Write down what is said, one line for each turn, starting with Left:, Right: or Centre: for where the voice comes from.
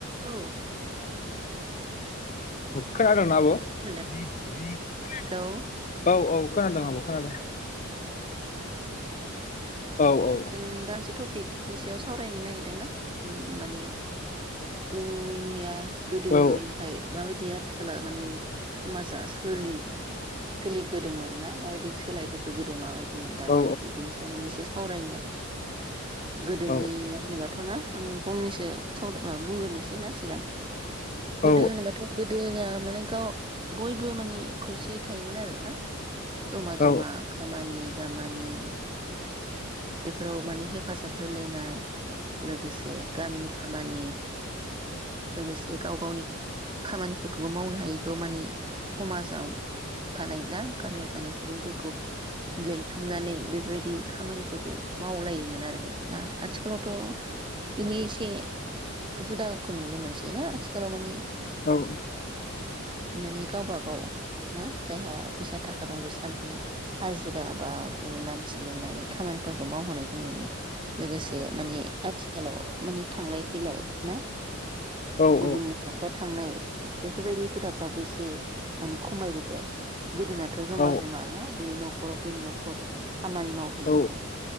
Right: औ
Left: खोनादों ना आब'
Right: न <unintelligible>
Left: <inaudible>
Right: हेलौ
Left: औ औ खोनादों आब' खोनादों
Right: उम
Left: औ औ
Right: जों दा मोनसे थपिक नि सायाव सावरायनो नागिरदोंना उम माने जोंनिया गोदोनिफ्राय
Left: औ
Right: माबायदिया आथिखला माने समाजा सोलि-सोलिबोदोंमोन ना माबायदि सोलायबोखो गोदो माबाय दिमोन दा
Left: औ
Right: माबायदि बिनि सायाव माने इसे सावरायनो <inaudible> गोदोनि
Left: औ
Right: होनोबाथ' ना आं फंनैसो बुंग्रोनोसैना सिगां गोदो
Left: औ
Right: होनोबाथ' गोदो होना माने गाव बयबो माने खौसेयै थायोमोन आरो ना जमा
Left: औ
Right: जमा खामानि दामानि बेफोराव मानि हेफाजाब होलायनाय लोगोसे गामिनि खामानि लोगोसे गाव गावनि खामानिफोरखौबो मावनो हायिखौ माने समाजाव थानाय ना गामियाव थानाय सुबुंफोरखौ लिंथुमनानै बेब बेबायदि खामानिफोरखौ मावलायोमोन आरोना आथि जोंनाथ' बिनि एसे जुदाखौ नुनो मोनसैना आथिखालाव माने
Left: औ अ
Right: मानि गावबा गाव ना जायहा फैसा थाखा दं बिस्रा माने हाजिरा बा गुबुन मानसि लिंनानै खामानिफोरख खौ मावहोनायखौ नुयो। लोगोसे माने आथिखालाव माने थांलाय फैलाय ना?
Left: औ
Right: गुबुननि न'खराव थांनाय बेफोर बायदि हुदाफ्राबो एसे माने खमायबोबाय आरो गोदोनाथ' ज'मा
Left: औ अ
Right: ज'मा ना बेनि न'ख खर' बै न'खर खामानि मावहैयोमोन।
Left: अ